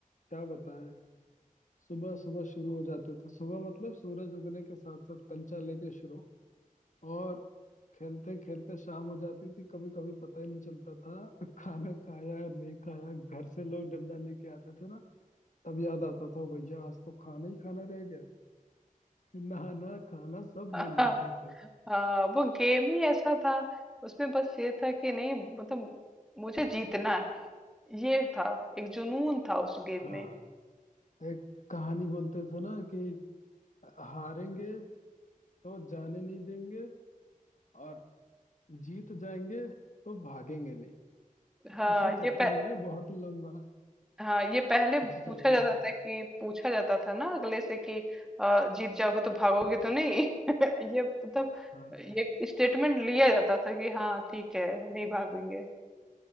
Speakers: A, on the left; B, in the centre.
A: क्या बताएं सुबह सुबह शुरू हो जाते थे सुबह मतलब सूरज उगने के साथ साथ कंचा लेके शुरू और खेलते खेलते शाम हो जाती थी कभी कभी पता ही नहीं चलता था <laughs> खाना खाया या नहीं खाया घर से लोग डंडा लेके आते थे ना तब याद आता था "ओ भैया आज तो खाना ही खाना रह गया <laughs> नहाना खाना सब
B: <laughs>
A: भूल जाते
B: हाँ
A: थे
B: हाँ, वो गेम ही ऐसा था उसमें बस ये था कि नहीं मतलब मुझे जीतना है ये था एक जुनून था उस गेम
A: हाँ
B: में
A: एक कहानी बोलते थे ना कि हारेंगे तो जाने नहीं देंगे और जीत जाएंगे तो भागेंगे नहीं
B: हाँ
A: इसी चक्कर
B: ये
A: में बहुत लंबा
B: हाँ ये पहले
A: हिचकिचाता
B: पूछा जाता
A: था
B: था कि पूछा जाता था ना अगले से कि अ, जीत जाओगे तो भागोगे तो नहीं <laughs> ये मतलब
A: हाँ
B: ये स्टेटमेंट लिया जाता था कि हाँ ठीक है नहीं भागेंगे